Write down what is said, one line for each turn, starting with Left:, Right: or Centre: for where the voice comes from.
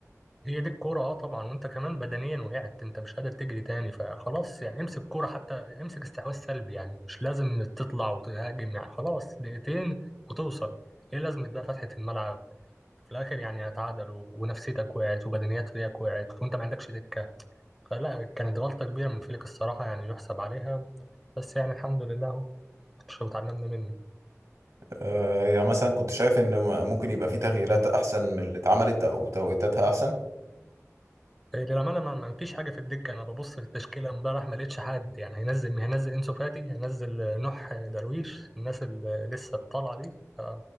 Centre: هي دي الكوره اه طبعا وانت كمان بدنيا وقعت انت مش قادر تجري تاني فخلاص يعني امسك كوره حتى امسك استحواذ سلبي يعني مش لازم تطلع وتهاجم يعني خلاص دقيقتين وتوصل ايه لازمة بقى فتحة الملعب في الاخر يعني هتعادلوا ونفسيتك وقعت وبدنيات فريقك وقعت وانت ما عندكش دكة فلا كانت غلطة كبيرة من فليك الصراحة يعني يحسب عليها بس يعني الحمد لله اهو ماتش وتعلمنا منه
Right: آه، يعني مثلا كنت شايف ان ممكن يبقى في تغييرات احسن من اللي اتعملت او توقيتاتها احسن
Centre: إيه، للأمانة ما ما فيش حاجة في الدكة أنا ببص في التشكيلة امبارح ما لقيتش حد يعني هينزل مين هينزل إنسو فاتي هينزل آه، نوح درويش الناس اللي لسه الطالعة دي ف-